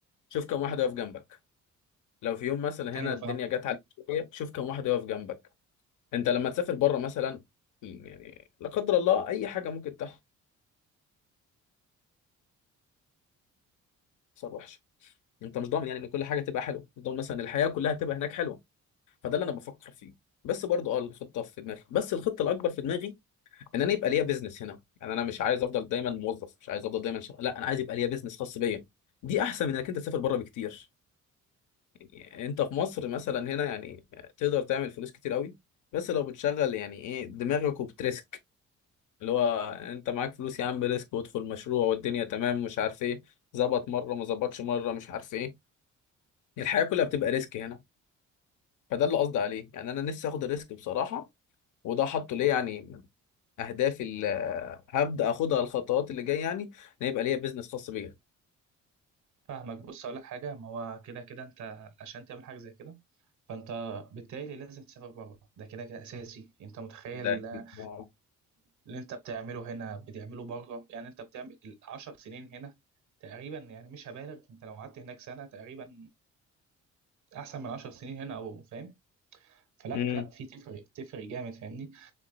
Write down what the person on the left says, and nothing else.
شوف كم واحد واقف جنبك لو في يوم مثلا
هنا الدنيا
جت عليك شويه شوف كم واحد يقف جنبك انت لما تسافر بره مثلا يعني لا قدر الله اي حاجه ممكن تحصل وحشه انت مش ضامن يعني ان كل حاجه تبقى حلوه مش ضامن مثلا الحياه كلها تبقى هناك حلوه فده اللي انا بفكر فيه بس برضه اه الخطه في دماغي بس الخطه الاكبر في دماغي ان انا يبقى ليا بيزنس هنا يعني انا مش عايز افضل دايما موظف مش عايز افضل دايما شغال لا انا عايز يبقى ليا بيزنس خاص بيا دي احسن من انك انت تسافر بره بكتير يعني انت في مصر مثلا هنا يعني تقدر تعمل فلوس كتير قوي بس لو بتشغل يعني ايه دماغك وبتريسك اللي هو انت معاك فلوس يا عم ريسك وادخل مشروع والدنيا تمام مش عارف ايه ظبط مره ما ظبطش مره مش عارف ايه الحياه كلها بتبقى ريسك هنا فده اللي قصدي عليه يعني انا نفسي اخد الريسك بصراحه وده حاطه ليه يعني من اهدافي اللي هبدا اخدها الخطوات اللي جايه يعني ان يبقى ليا بيزنس خاص بيا
ده أكيد.
آه.
امم